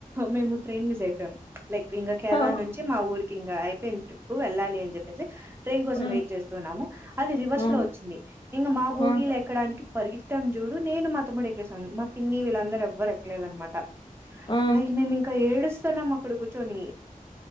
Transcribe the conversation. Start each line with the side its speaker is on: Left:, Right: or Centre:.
Right: మేము ట్రైన్ మిస్ అయిపోయాం లైక్ ఇంకా కేరళ
Left: హా
Right: నుంచి మా ఊరికి ఇంకా అయిపోయింది ట్రిప్ వెళ్ళాలి అని చెప్పి ట్రైన్ కోసం
Left: మ్మ్
Right: వెయిట్ చేస్తున్నాము అది రివర్స్
Left: ఆ
Right: లో వచ్చింది ఇంకా మా బోగిలు
Left: ఆ
Right: ఎక్కడానికి పరిగెత్తం చూడు నేను మా తమ్ముడు ఎక్కేేశాము మా పిన్ని వీళ్లంత అందరు ఎవ్వరు ఎక్కలేదు అనమాట
Left: ఆ
Right: లైక్ మేము ఇంకా ఏడుస్తున్నాం అక్కడ కూర్చొని